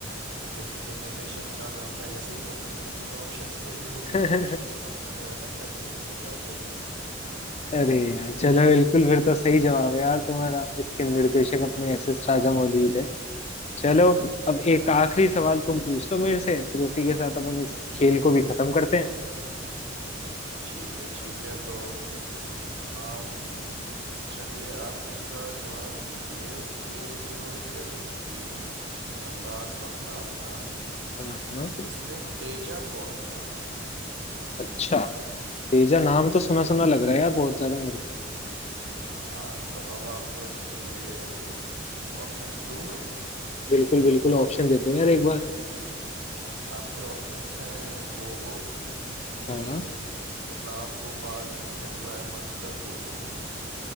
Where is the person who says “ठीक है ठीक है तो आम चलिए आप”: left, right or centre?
Right